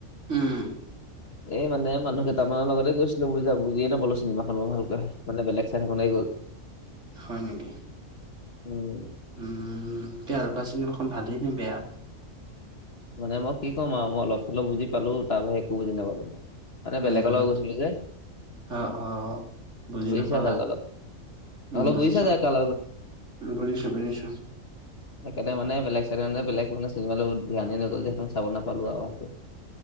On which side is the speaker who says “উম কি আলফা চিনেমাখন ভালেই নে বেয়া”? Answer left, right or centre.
Right